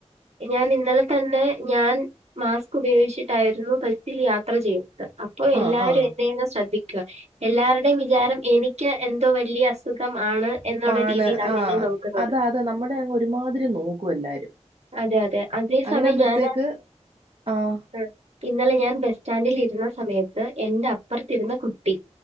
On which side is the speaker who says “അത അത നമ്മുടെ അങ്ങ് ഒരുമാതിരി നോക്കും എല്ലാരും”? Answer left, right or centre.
Right